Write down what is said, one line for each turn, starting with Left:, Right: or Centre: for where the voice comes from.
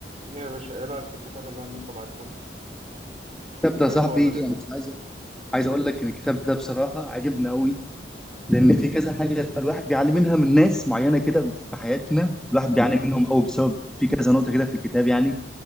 Right: يا باشا ايه رأيك في الكتاب اللي انا لسه بعتهولك
Centre: الكتاب
Right: قريته
Centre: ده يا صاحبي
Right: ولا
Centre: انا
Right: لسه
Centre: مش عايز عايز اقول لك ان الكتاب ده بصراحه عجبني قوي لان في كذا حاجه الواحد بيعاني منها من ناس معينه كده في حياتنا الواحد بيعاني منهم قوي بسبب في كذا نقطه كده في الكتاب يعني